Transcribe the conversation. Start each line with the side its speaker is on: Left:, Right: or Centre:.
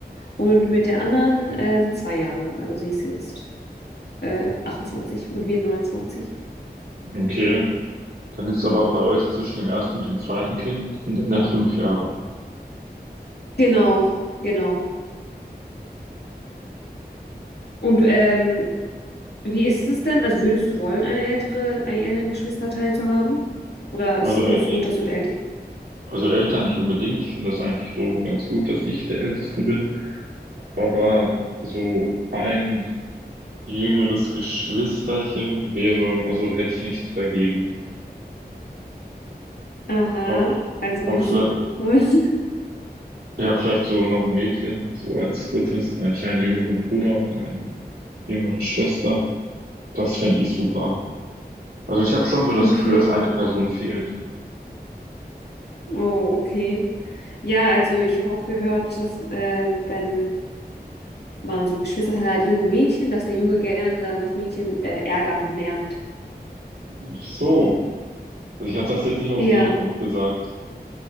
Left: Und mit der anderen äh, sind zwei Jahre. Also sie ist jetzt äh, 28 und wir 29.
Right: Okay, dann ist aber bei euch zwischen dem ersten und dem zweiten Kind sind dann ja fünf Jahre.
Left: Genau, genau. Und ähm, wie ist es denn? Also würdest du wollen, eine ältere, einen älteren Geschwisterteil zu haben? Oder
Right: Also,
Left: ist-
Right: ä-
Left: findest du gut,
Right: ä-
Left: dass du der Älteste bist?
Right: also älter nicht unbedingt. Ich finde das eigentlich so ganz gut, dass ich der Älteste bin. Aber so ein Jüngeres Geschwisterchen wäre, also hätte ich nichts dagegen.
Left: Aha,
Right: Auch,
Left: also
Right: auch
Left: würdest
Right: vielleicht,
Left: du gerne wollen. <laughs>
Right: ja, vielleicht so noch ein Mädchen, so als drittes. Dann hätte ich einen jüngeren Bruder und eine jüngere Schwester. Das fände ich super. Also ich habe schon so das
Left: Okay.
Right: Gefühl, dass eine Person fehlt.
Left: Oh, okay. Ja, also ich habe auch gehört, dass ähm, wenn man so Geschwisterteile hat, junge Mädchen, dass der Junge gerne dann das Mädchen äh, ärgert und nervt.
Right: Ach so. Also ich hatte das jetzt nicht aus
Left: Ja,
Right: dem Grund gesagt.